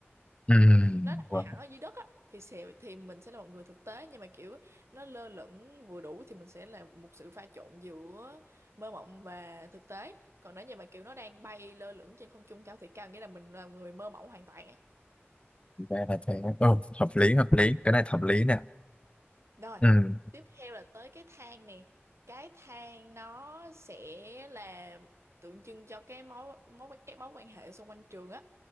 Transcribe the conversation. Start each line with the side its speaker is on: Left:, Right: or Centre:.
Left: ừ.
Right: Nó nằm
Left: Wow.
Right: hẳn ở dưới đất á thì sẽ thì mình sẽ là một người thực tế nhưng mà kiểu nó lơ lửng vừa đủ thì mình sẽ là một sự pha trộn giữa mơ mộng và thực tế. Còn nếu như mà kiểu nó đang bay lơ lửng trên không trung cao thì cao nghĩa là mình là người mơ mộng hoàn toàn á
Left: Thì ra là thế. Ồ, hợp lý hợp lý, cái này hợp lý nè.
Right: Rồi,
Left: Ừ,
Right: tiếp theo là tới cái thang nè. Cái thang nó sẽ là tượng trưng cho cái mối mối các mối quan hệ xung quanh trường á.